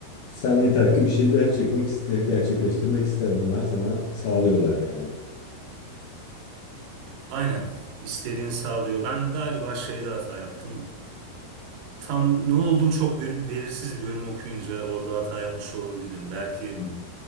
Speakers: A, on the left; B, on the right.
A: sen yeter ki bir şeyler çekmek iste, gerçekleştirmek iste. Onlar sana sağlıyorlar yani.
B: Aynen. İstediğini sağlıyor. Ben galiba şeyde hata yaptım. Tam ne olduğu çok bir- belirsiz bir bölüm okuyunca orada hata yapmış olabilirim. Belki
A: Hmm.